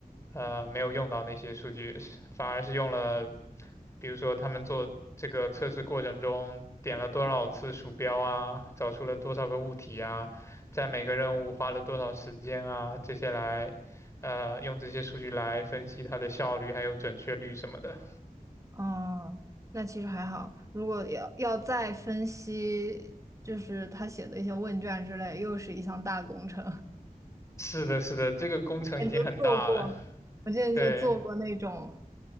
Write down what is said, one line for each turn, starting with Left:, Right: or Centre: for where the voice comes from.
Left: 呃，没有用到那些数据，反而是用了，比如说他们做这个测试过程中点了多少次鼠标啊，找出了多少个物体啊，在每个任务花了多少时间啊，这些来。呃，用这些数据来分析它的效率还有准确率什么的。
Right: 哦，那其实还好。如果要要再分析，就是他写的一些问卷之类，又是一项大工程。
Left: 是的，是的，这个工程已经很大了。
Right: <laughs> 那就做过，我之前就做过那种，
Left: 对